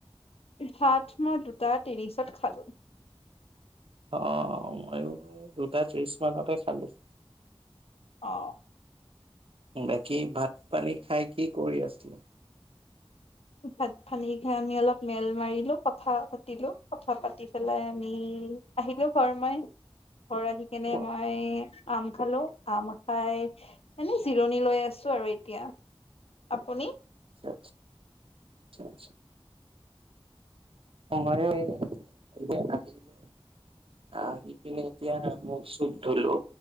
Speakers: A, on the left (about 80°); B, on the right (about 65°).
A: হাত মই দুটা তিছত খালো।
B: অ', ময়ো দুটা ত্ৰিশ মানতে খালোঁ।
A: অ।
B: বাকী ভাত পানী খাই কি কৰি আছিলো।
A: ভাত পানী খাই আমি অলপ মেল মাৰি। কথা পাতিলো কথা পাতি পেলাই আমি আহিলো। ফমাই। ঘৰ আহি কেনে
B: অ
A: মই আম খালো। আম খাই এনেে জিৰণি লৈ আছো আৰু এতিয়া আপুনি।
B: আ <unintelligible> অ <unintelligible> সমময় এতিয়া আহিলো আহি পিনে এতিয়া মোক চপ ধলো